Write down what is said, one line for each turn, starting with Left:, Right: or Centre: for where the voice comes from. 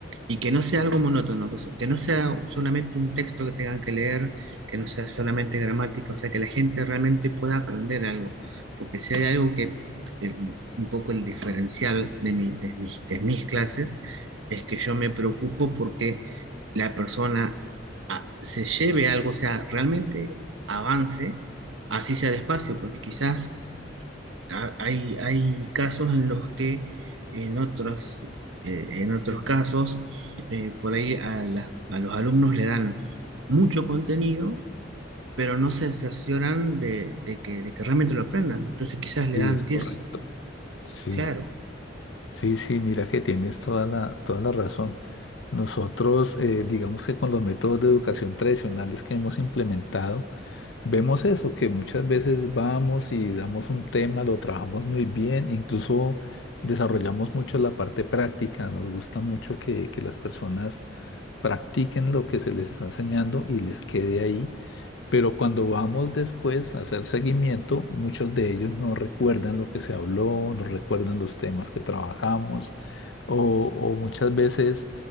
Right: y que no sea algo monótono, que, se- que no sea solamente un texto que tengan que leer, que no sea solamente gramática, o sea, que la gente realmente pueda aprender algo, porque si hay algo que el- un poco el diferencial de, mi- de mis, de mis clases es que yo me preocupo porque la persona ah, se lleve algo, o sea, realmente avance así sea despacio, porque quizás ha- hay, hay casos en los que en otros, eh, en otros casos, eh, por ahí a, las- a los alumnos le dan mucho contenido, pero no se cercioran de, de que, de que realmente lo aprendan. Entonces quizás le
Left: Sí,
Right: dan
Left: es
Right: 10
Left: correcto. Sí.
Right: claro.
Left: Sí, sí, mira que tienes toda la, toda la razón. Nosotros, eh, digamos que con los métodos de educación tradicionales que hemos implementado, vemos eso, que muchas veces vamos y damos un tema, lo trabajamos muy bien, incluso desarrollamos mucho la parte práctica, nos gusta mucho que, que las personas practiquen lo que se les está enseñando y les quede ahí. Pero cuando vamos después a hacer seguimiento, muchos de ellos no recuerdan lo que se habló, no recuerdan los temas que trabajamos o, o muchas veces